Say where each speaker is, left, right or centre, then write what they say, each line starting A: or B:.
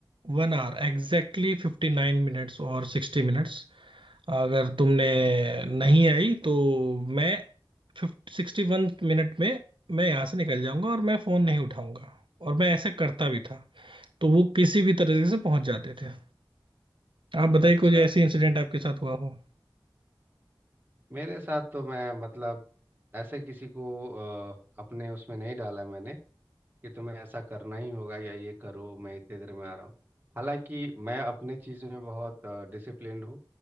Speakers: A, on the right (about 75°); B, on the right (about 25°).
A: one hour exactly fifty nine minutes और सिक्सटी मिनट्स अगर तुमने नहीं आई तो मैं सिक्सटी वन मिनट में मैं यहाँ से निकल जाऊंगा और मैं फोन नहीं उठाऊंगा और मैं ऐसे करता भी था तो वो किसी भी तरीके से पहुंच जाते थे आप बताइए
B: अच्छा
A: कोई ऐसी इंसिडेंट आपके साथ हुआ हो
B: मेरे साथ तो मैं मतलब ऐसे किसी को अ, अपने उसमें नहीं डाला मैंने कि तुम्हें ऐसा करना ही होगा या ये करो मैं इतने देर में आ रहा हूँ हालांकि मैं अपने चीज़ में बहुत डिसिप्लिन्ड हूँ